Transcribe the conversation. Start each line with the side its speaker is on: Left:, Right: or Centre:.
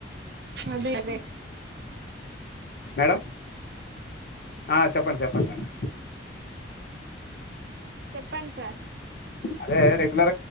Right: అదే అదే
Left: మేడం ఆ చెప్పండి చెప్పండి మేడం
Right: చెప్పండి సార్
Left: అదే రెగ్యులర్ గా